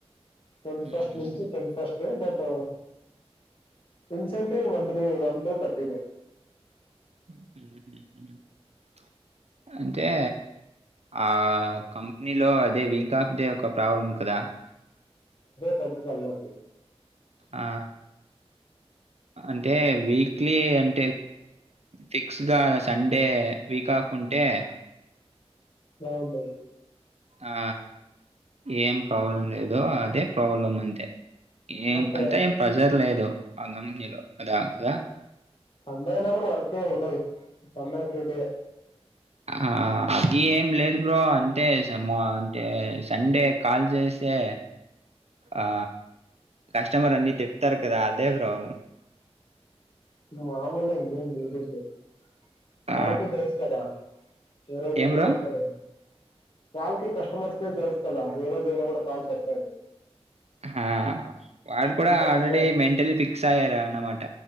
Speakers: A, on the left; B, on the right.
A: ట్వంటీ
B: హుహుహు.
A: ఫస్ట్ నుంచి Twenty first but incentive monthly one two థర్టీని
B: <inaudible> అంటే ఆ కంపెనీలో అదే వీక్ ఆఫ్ డే ఒక ప్రాబ్లం కదా
A: లేకపోతే తలనొప్పి
B: ఆ అంటే వీక్లీ అంటే ఫిక్స్ గా సండే వీక్ ఆఫ్ ఉంటే ఏ
A: బాగుంటది.
B: ఆ ఏం, ప్రాబ్లం, లేదు, అదే, ప్రాబ్లం, మంతే. ఏం
A: బట్
B: అంతా, ఏం ప్రెజర్ లేదు, ఆ కంపెనీలో, ఆడ కదా.
A: సండే, అయిన, గుడా, వర్క్ఎం ఉండదు, పండగ పూటే.
B: ఆ అది ఏం లేదు బ్రో అంతే స మొన్ అంటే సండే కాల్ జెసి. తే. ఆ కస్టమర్, అన్ని తిడతారు, కదా, అదే బ్రో.
A: <unintelligible>
B: ఆ!
A: ఈ రోజు
B: ఏం
A: ఐయినా,
B: బ్రో?
A: వొస్తదన్. వాళ్ళకి, కస్టమర్స్ కే, తెలుసు కదా, ఏ రోజైన గుడ, కాల్స్, ఒస్తాయని.
B: క ఆ వాడు కూడా,
A: చెప్పగా
B: ఆల్రెడీ, మెంటలీ, ఫిక్స్, అయ్యారు అ అన్నమాట.